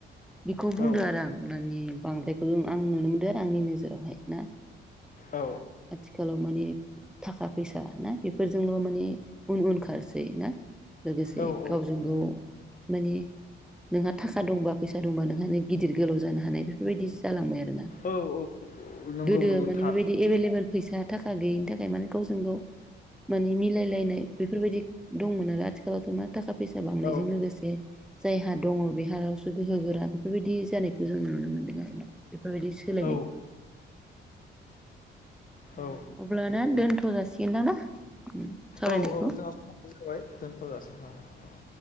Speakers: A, in the centre; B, on the left.
A: बेखौ बुंदो
B: औ
A: आरो आं माने। बांद्रायखौल' आं नुनो मोनदों आरो आंनि नोजोरावहाय ना।
B: औ
A: आथिखालाव माने थाखा फैसा ना बेफोरजोंल' माने उन - उन खारसै ना लोगोसे
B: औ औ
A: गावजों
B: औ
A: गाव माने नोंहा थाखा दंबा फैसा दंबा नोंहा गि गिदिर गोलाव जानो हानाय बेफोरबायदिस जालांबाय आरो ना?
B: औ नंगौ
A: गोदो
B: नंगौ
A: माने
B: थार
A: बेबायदि एभेलेबेल फैसा थाखा गैयिनि थाखाय माने गावजों गाव माने मिलायलायनाय बेफोरबायदि दंमोन आरो आथि एबारथ' मा थाखा फैसा बांनायजों
B: औ
A: लोगोसे जायहा दङ बेहाल'सो गोहो गोरा बेफोरबायदि जानाय जों नुनो मोनदों आरो ना। बेफोरबायदि सोलायनाय।
B: औ
A: अ
B: औ
A: अब्ला दा दोन थ' जासिगोन दां ना? सावरायनायखौ
B: औ - औ जोंहा सम जाबाय दोन थ' जासिगोन नामा?